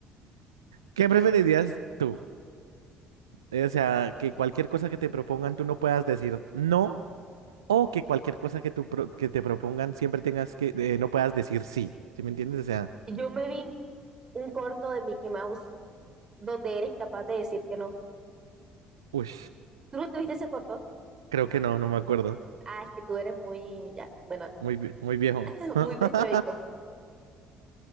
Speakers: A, on the right (about 85°); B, on the right (about 35°).
A: ¿Qué preferirías tú? Eh, O sea, que cualquier cosa que te propongan tú no puedas decir no o que cualquier cosa que, tú pro- que te propongan siempre tengas que, eh, no puedas decir sí, ¿sí me entiendes? O sea,
B: yo me vi un corto de Mickey Mouse donde era incapaz de decir que no.
A: uy,
B: ¿Tú no te viste ese corto?
A: creo que no, no me acuerdo.
B: Ah, es que tú eres muy, ya, bueno,
A: Muy, vie- muy viejo.
B: <laughs>
A: <laughs>
B: muy prehistórico.